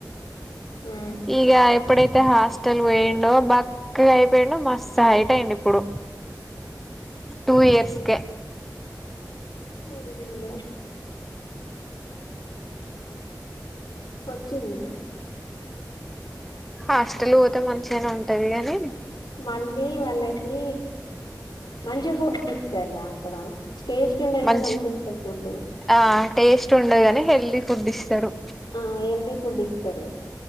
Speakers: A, on the left; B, in the centre.
A: ఉమ్
B: ఇగ ఎప్పుడైతే హాస్టల్ పోయిండో బక్కగైపొయిండు మ స్త్ హైట్ అయిండు ఇప్పుడు టూ ఇయర్స్కే
A: అవునురా స్వచ్ ఊర
B: హాస్టల్ పోతే మంచిగనే ఉంటది గని
A: మళ్ళీ వాళ్ళకీ మంచి ఫుడ్ ఇస్తర్రా అక్కడ స్టేస్ట్ ఉండద్ గని
B: మంచి
A: మంచిగుంటది ఫుడ్
B: ఆ టేస్ట్ ఉండదు గాని హెల్దీ ఫుడ్ ఇస్తారు
A: ఆ హెల్దీ ఫుడ్ ఇస్తారు